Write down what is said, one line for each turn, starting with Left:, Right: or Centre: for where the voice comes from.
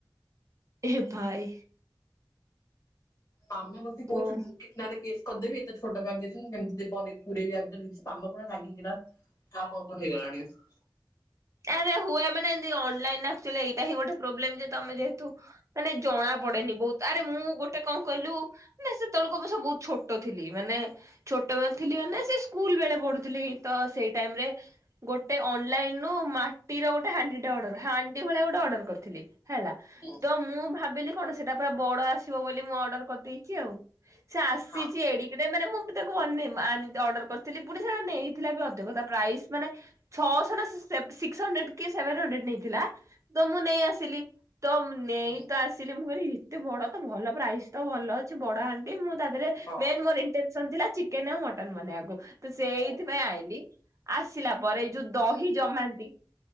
Right: ଏ ଭାଇ।
Left: ମାମା ମତେ କହୁଛି
Right: ଓ
Left: ବୁଲିଦେ। ତୋ ନାଁରେ କେସ୍ କରିଦେବି ଏତେ ଛୋଟ ବ୍ୟାଗ୍ କେମିତି ପୁରେଇବି ଆଭିତରେ ଜିନିଷ ମାମା ପୁରା ରିଗିକିନା। ଆମ୍ବ ବନି ଗଲାଣି ଏଥର।
Right: ଆରେ ହୁଏ ମାନେ ଏମିତି ଅନଲାଇନରେ ଆସୁଛି ବୋଲି ଏଇଟା ହିଁ ଗୋଟେ ପ୍ରୋବ୍ଲେମ୍ ଯେ ତମେ ଯେହେତୁ। ମାନେ ଜଣା ପଡେନି ବହୁତ୍ ଆରେ ମୁଁ ଗୋଟେ କଣ କହିଲୁ?। ନାଇଁ ସେତବେଳେକୁ ଅବଷ୍ୟ ବହୁତ ଛୋଟ ଥିଲି। ମାନେ। ଛୋଟବେଳେ ଥିଲି ମାନେ ସେ ସ୍କୁଲ ବେଳେ ପଢୁଥିଲି ତ ସେଇ ଟାଇମ୍ ରେ ଗୋଟେ ଅନଲାଇନ। ମୁଁ ମାଟିର ଗୋଟେ ହାଣ୍ଡି ଟା ଅର୍ଡର ହାଣ୍ଡି ଭଳିଆ ଗୋଟେ ଅର୍ଡର କରିଥିଲି, ହେଲା।
Left: ହୁଁ
Right: ତ ମୁଁ ଭାବିଲି କଣ ସେଟା ପୁରା ବଡ ଆସିବ ବୋଲି ମୁଁ ଅର୍ଡର କରିଦେଇଚି ଆଉ। ସେ ଆସିଚି
Left: ହଁ
Right: ଏଡିକି। ମାନେ ମୁଁ ବି ତାକୁ ମାନେ ଅର୍ଡର କରିଥିଲି, ପୁଣି ସେ ନେଇଥିଲା ବି ଅଧିକ ତା ପ୍ରାଇସ୍ ମାନେ। ଛଅଶହ ନା ସାତଶହ। ସିକ୍ସ୍ ହଣ୍ଡ୍ରେଡ୍ କି ସେଭେନ୍ ହଣ୍ଡ୍ରେଡ୍ ନେଇଥିଲା ତ ମୁଁ ନେଇ ଆସିଲି ତ ନେଇତ
Left: ହୁଁ
Right: ଆସିଛି। ମୁଁ କହିଲି ଏତେ ବଡ ତ ଭଲ ପ୍ରାଇସ୍ ଭଲ ଅଛି ବଡ ହାଣ୍ଡି ମୁଁ ତା ଦେହରେ
Left: ହଁ
Right: ମେନ୍ ମୋର ଇଣ୍ଟେ। ଇଛା ଥିଲା ଚିକେନ୍ ଆଉ ମଟନ ବନେଇବାକୁ ତ ସେ ସେଇଥିପାଇଁ
Left: ଓହୋ
Right: ଆଇଁଲି। ଆସିଲା ପରେ ଏଇ ଯୋଉ ଦହି ଜମାନ୍ତି।